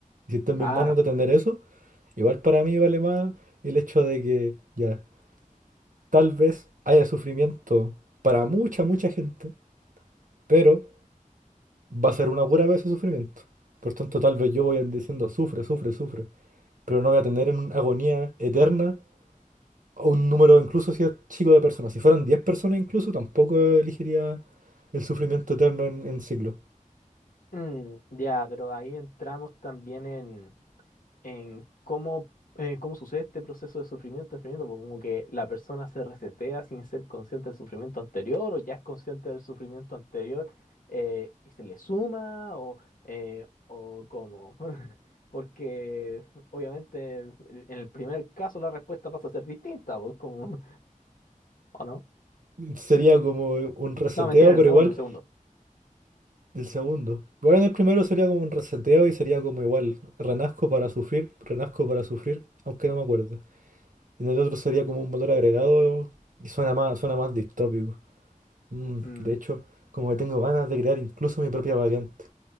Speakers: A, on the right; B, on the left.
A: Y si está en mis
B: Ah,
A: manos de tener eso, igual para mí vale más el hecho de que ya, tal vez haya sufrimiento para mucha, mucha gente, pero va a ser una pura vez de sufrimiento. Por tanto, tal vez yo voy a ir diciendo, sufre, sufre, sufre, pero no voy a tener en agonía eterna o un número, incluso si es chico de personas. Si fueran 10 personas incluso, tampoco elegiría el sufrimiento eterno en, en ciclo.
B: mm, ya, pero ahí entramos también en, en cómo, eh, cómo sucede este proceso de sufrimiento infinito, porque como que la persona se resetea sin ser consciente del sufrimiento anterior, o ya es consciente del sufrimiento anterior eh, y se le suma, o, eh, o cómo. <laughs> Porque obviamente en el primer caso la respuesta pasa a ser distinta, pues como, ¿o no?
A: Sería como un reseteo,
B: No, mentira, en
A: pero
B: el segundo,
A: igual
B: en el segundo.
A: del segundo. Igual del primero sería como un reseteo y sería como igual, renazco para sufrir, renazco para sufrir, aunque no me acuerdo, En el otro sería como un motor agregado y suena más, suena más distópico. Mm,
B: Mm,
A: de hecho, como que tengo ganas de crear incluso mi propia variante.